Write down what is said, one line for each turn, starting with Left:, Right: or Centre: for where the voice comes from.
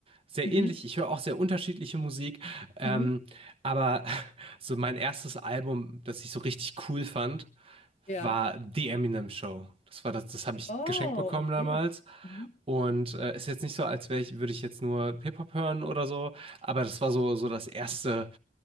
Right: sehr
Left: Mhm.
Right: ähnlich. Ich höre auch sehr unterschiedliche Musik. Ähm,
Left: Mhm.
Right: aber <laughs> so mein erstes Album, das ich so richtig cool fand,
Left: Ja.
Right: war The Eminem Show. Das war das, das habe ich
Left: Oh,
Right: geschenkt bekommen
Left: okay.
Right: damals.
Left: Mhm.
Right: Und äh, ist jetzt nicht so, als wäre ich, würde ich jetzt nur Hip-Hop hören oder so, aber das war so, so das erste